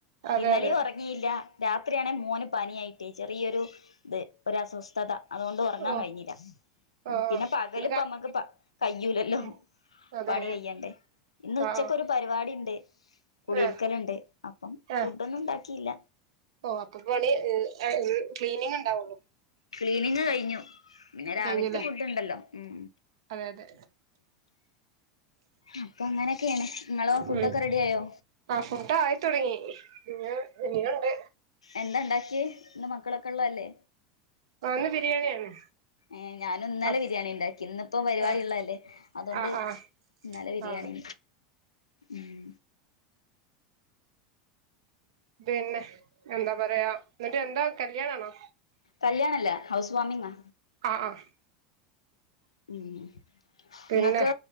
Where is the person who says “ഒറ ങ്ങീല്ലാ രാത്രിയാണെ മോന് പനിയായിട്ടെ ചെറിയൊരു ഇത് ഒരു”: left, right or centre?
Left